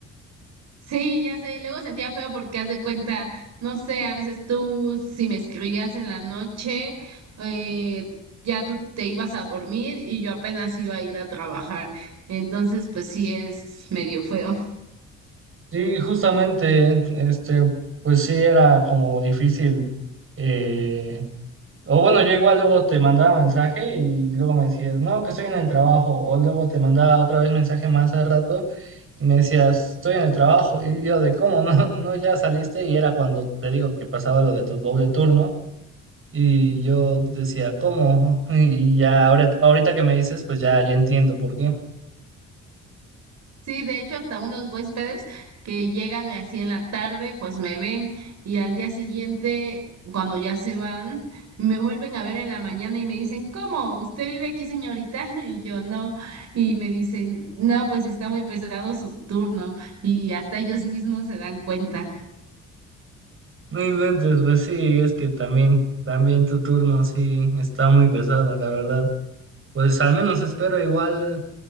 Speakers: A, on the right (about 65°); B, on the right (about 45°).
A: Sí, ya sé, y luego sentía feo porque haz de cuenta, no sé, a veces tú si me escribías en la noche, eh, ya tú te ibas a dormir y yo apenas iba a ir a trabajar. Entonces, pues sí es medio feo.
B: Sí, justamente, este, pues sí era como difícil. eh, o bueno, yo igual luego te mandaba mensaje y luego me decías, no, que estoy en el trabajo. O luego te mandaba otra vez mensaje más al rato y me decías, estoy en el trabajo. Y yo de cómo, no, no, ya saliste. Y era cuando te digo que pasaba lo de tu doble turno. Y yo decía, ¿cómo? Y ya ahora- ahorita que me dices, pues ya, ya entiendo por qué.
A: Sí, de hecho, hasta unos huéspedes que llegan así en la tarde, pues me ven y al día siguiente, cuando ya se van, me vuelven a ver en la mañana y me dicen, ¿cómo? ¿Usted vive aquí, señorita? <laughs> Y yo no. Y me dicen, no, pues está muy pesado su turno y hasta ellos mismos se dan cuenta.
B: No inventes, pues sí, es que también, también tu turno sí está muy pesado, la verdad. Pues al menos espero igual,